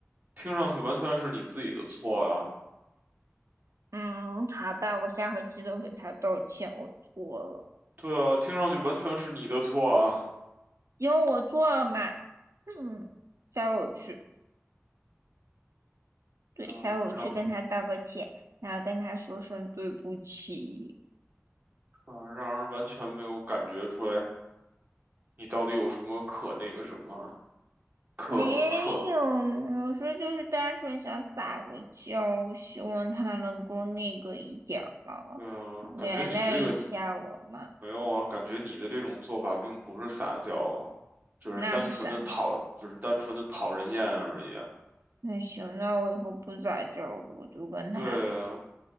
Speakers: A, on the right; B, on the right.
A: 听上去完全是你自己的错啊！
B: 嗯，好吧，我下回记得给他道歉，我错了，
A: 对啊，听上去完全是你的错啊！
B: 因为我错了嘛。嗯，下回我去，对，
A: 对啊，
B: 下回我去跟他道个歉，
A: 让
B: 然后跟他说声对不起。
A: 啊让人完全没有感觉出来你到底有什么可那个什么可可，
B: 没有，有时候就是单纯想撒个娇，希望他能够那个一点儿嘛，
A: 对啊，
B: 原谅一下我嘛。
A: 感觉你这个没有啊，感觉你的这种做法并不是撒娇啊，只是单纯的讨，
B: 那是啥？
A: 只是单纯的讨人厌而已啊
B: 那行，那我以后不撒娇了我就跟他，
A: 对啊，